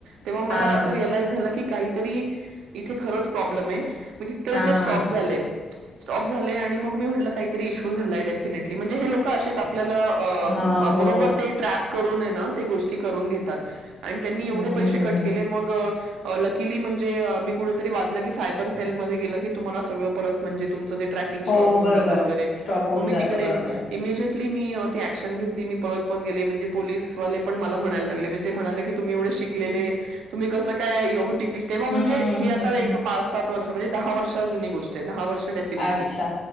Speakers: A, on the right; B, on the left.
A: तेव्हा मला
B: हां,
A: अस रियलाइज की काहीतरी किती खरच प्रॉब्लेम आहे तिथे
B: हां.
A: मी स्टॉप झालेत. स्टॉप झाले आणि मग मी म्हटलं काहीतरी इश्यू झालाय डेफिनेटली म्हणजे हे लोक असे आपल्याला अ
B: हां. हो,
A: बरोबर ते ट्रॅप करून नय ना ते गोष्टी करून घेतात आणि त्यांनी
B: हं,
A: एवढे पैसे
B: हं,
A: कट
B: हं.
A: केले मग लकीली म्हणजे मी कुठेतरी वाचलं की सायबर सेलमध्ये गेलं की तुम्हाला सगळं परत म्हणे त्रकिंग स्टॅप
B: हो, बरोबर.
A: जाते वगैरे
B: स्टॉप होऊन
A: म मी
B: जातं.
A: तिकडे
B: बरोबर आहे.
A: इमिजे मी ती ऍक्शन घेतली मी परळ परळ गेले म्हणजे पोलीसवाले मला म्हणायला लागले मी ते म्हणाले की तुम्ही एवढे शिकलेले तुम्ही कसं काय ओ टि पी तेव्हा म्हणजे
B: हं,
A: हे आता
B: हं.
A: एक पाच, सात वर्ष म्हणजे दहा वर्ष जुनी गोष्ट दहा वर्ष डेफिनेटली
B: अच्छा.